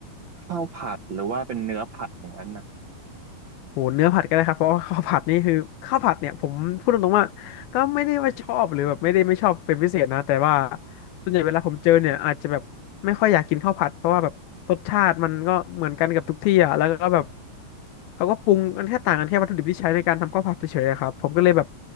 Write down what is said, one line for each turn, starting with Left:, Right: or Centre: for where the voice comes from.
Right: ข้าวผัดหรือว่าเป็นเนื้อผัดอย่างนั้นนะ
Left: โหเนื้อผัดก็ได้ครับเพราะว่า <laughs> ข้าวผัดนี่คือข้าวผัดเนี่ยผมพูดตรงๆว่าก็ไม่ได้ว่าชอบหรือแบบไม่ได้ไม่ชอบเป็นพิเศษนะแต่ว่าส่วนใหญ่เวลาผมเจอเนี่ยอาจจะแบบไม่ค่อยอยากกินข้าวผัดเพราะว่าแบบรสชาติมันก็เหมือนกันกับทุกที่อ่ะแล้วก็แบบเขาก็ปรุงกันแค่ต่างกันแค่วัตถุดิบที่ใช้ในการทำข้าวผัดเฉยๆอะครับผมก็เลยแบบ